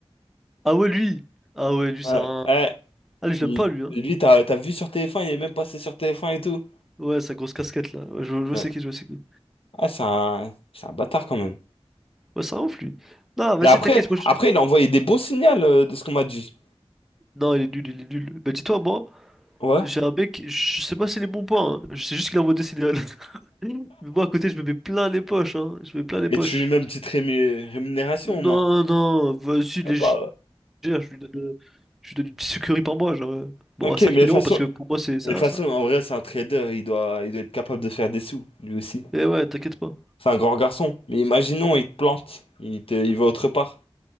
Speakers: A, in the centre; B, on the left (about 60°).
A: Ah ouais, lui! Ah ouais, lui, ça...
B: Ouais,
A: un-
B: ouais.
A: Ah, lui, je
B: Lui,
A: l'aime pas, lui, hein.
B: lui, t'as t'as vu sur TF1, il est même passé sur TF1 et tout.
A: Ouais, sa grosse casquette, là. Ouais, je, je
B: Ouais.
A: sais qui, je sais qui.
B: Ah, c'est un, c'est un bâtard quand même.
A: Ouais, c'est un ouf, lui. Non, vas-y,
B: Mais après,
A: t'inquiète, moi, je...
B: après, il a envoyé des bons signaux euh, de ce qu'on m'a dit.
A: Non, il est nul, il est nul. Bah dis-toi, moi...
B: Ouais.
A: J'ai un mec, je sais pas si les bons points, hein. Je sais juste qu'il a un modèle idéal. <laughs> Mais moi à côté, je me mets plein les poches, hein. Je me mets plein les
B: Et
A: poches.
B: tu lui mets une petite rému- rémunération
A: Non,
B: au moins.
A: non, vas-y, légère,
B: Ah, pas, ouais.
A: je lui donne, euh, je lui donne une petite sucrerie par mois, genre. euh, Bon,
B: Ok,
A: à cinq
B: mais de
A: mille
B: toute
A: euros,
B: façon,
A: parce que pour moi, c'est ça,
B: Mais de toute façon,
A: ça.
B: en vrai, c'est un trader, il doit, il doit être capable de faire des sous, lui aussi.
A: Et ouais, t'inquiète pas.
B: C'est un grand garçon. Mais imaginons, il te plante, il te, il va autre part.